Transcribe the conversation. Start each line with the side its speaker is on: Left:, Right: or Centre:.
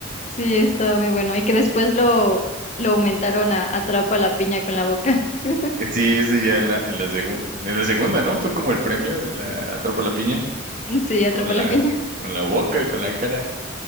Left: Sí, estaba muy bueno. Y que después lo, lo aumentaron a Atrapa la piña con la boca. <laughs>
Right: Sí, ese ya en la, en la, segu- en la segunda, ¿no? Fue como el premio de la Atrapa la Piña,
Left: Sí, Atrapa
Right: con la,
Left: la piña.
Right: con la boca, con la cara.